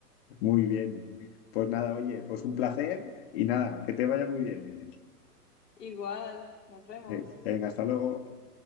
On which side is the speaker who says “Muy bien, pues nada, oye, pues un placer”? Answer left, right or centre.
Left